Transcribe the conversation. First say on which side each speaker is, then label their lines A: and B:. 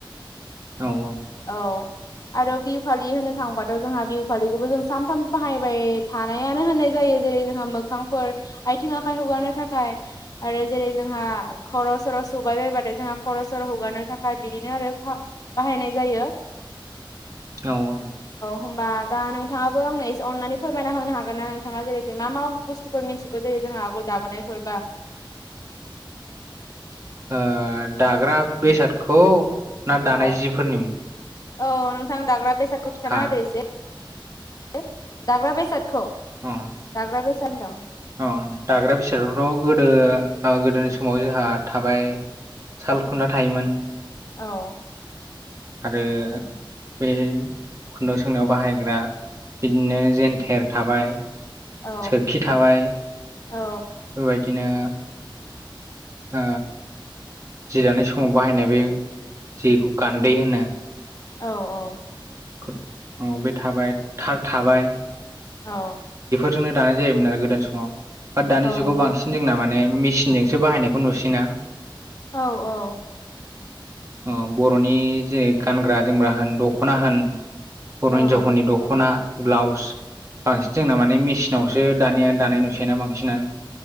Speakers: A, on the right; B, on the left.
A: औ
B: औ आरो बिहु फालि होननो थांबाथ' जोंहा बिहु फालिखौबो जों सानफ्रामबो बाहायबाय थानायानो होननाय जायो जेरै जों मोखांफोर आथिं आखाइ हुगारनो थाखाय आरो जेरै जोंहा खर' र' सर' सुबाय बायबाथाय जोंहा खर' सर' हुगारनो थाखाय बिदिनो आरो बाहायनाय जायो।
A: औ औ।
B: होमबा दा नोंथाङाबो आंनो एसे अननानै फोरमायना होनो हागोन ना नोंथ थाङा जेरैखि मा मा बुस्थुफोर मिथिगौ जेरै जोंहा आगोल दाबोनायफोरबा
A: <inaudible> ओ दाग्रा बेसादखौ ना दानाय
B: औ
A: जिफोरनि मुं?
B: औ नोंथां दाग्रा बेसादखौ खिन्थाना
A: हा
B: होदो एसे से दाग्रा बेसाद
A: अ
B: दाग्रा होनदों
A: अ दाग्रा बिसोरथ' गोदो ओ गोदोनि समाव जोंहा थाबाय सालखुन्दा थायोमोन।
B: औ
A: आरो बे खुन्दुं सोंनायाव बाहायग्रा बिदिनो जेेनथेर थाबाय
B: औ
A: सोरखि थाबाय बेफोरदिनो
B: औ
A: ओ जिरानाय समाव बाहायनाय बे जिखौ गान्दै होनो
B: औ औ
A: गो औ बे थाबाय थार थाबाय
B: औ
A: जोंनो दानाय जायोमोन आरो गोदान समाव बा दानि जुगाव
B: नोंथां
A: बांसिन जोंना मान ने मेसिनजोंसो बाहायनायखौ नुसिना
B: औ औ
A: अ बर'नि जे गानग्रा जोमग्रा होन दख'ना होन बर'
B: औ
A: हिनजावफोरनि दख'ना ब्लाउस बांसिन जोंना माने मेसिनावसो दानिया दानाय नुसैना बांसिनानो